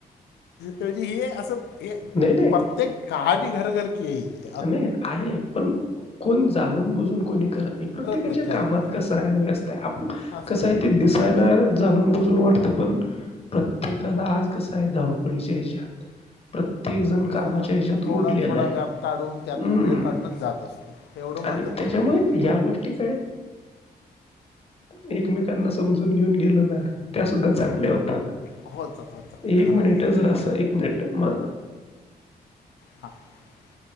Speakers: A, on the left; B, on the left.
A: म्हणजे हे असं ये
B: नाही
A: प्रत्येक कहाणी घर घर की हे ये.
B: आणि आहे पण, कोण जाणून बुजून कोणी करत नाही, प्रत्येकाच्या
A: नाही करत
B: कामात
A: नाही
B: कसा आहे, व्यस्त आप
A: असतं
B: कस आहे ते दिसायला. जाणून बुजून वाटत, पण प्रत्येकाला आज कसं आहे धावपळीच्या हेच्यात प्रत्ये े एक जण कामाच्या
A: त्याला
B: ह्याच्यात
A: थोडा
B: ओढलेला
A: थोडा
B: आहे
A: व्याप काढून त्यातून
B: हं.
A: वेळ काढूनच जात असतो एवढं मात्र
B: आणि त्याच्यामुळे
A: खरं आहे
B: ह्या गोष्टी काय एकमेकांना समजून घेऊन गेलं ना त्या सुद्धा चांगल्या होतात
A: होच होच
B: एक
A: खरं
B: मिनिट
A: आहे खरं आहे.
B: जर असं एक मिनिट म
A: हा <inaudible>